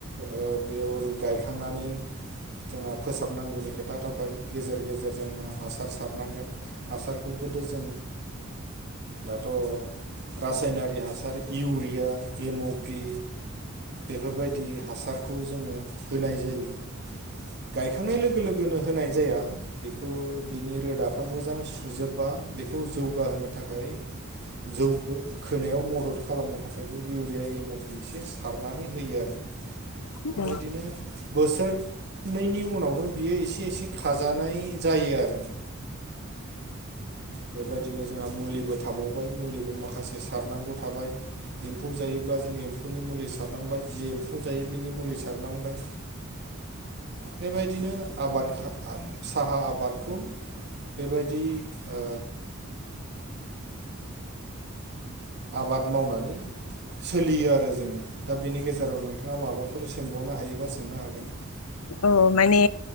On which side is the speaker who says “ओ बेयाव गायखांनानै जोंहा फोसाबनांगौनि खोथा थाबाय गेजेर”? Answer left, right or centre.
Right